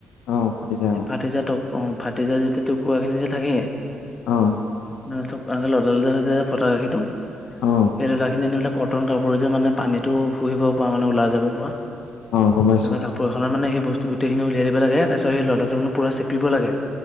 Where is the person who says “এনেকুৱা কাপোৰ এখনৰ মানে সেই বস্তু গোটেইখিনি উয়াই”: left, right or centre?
Left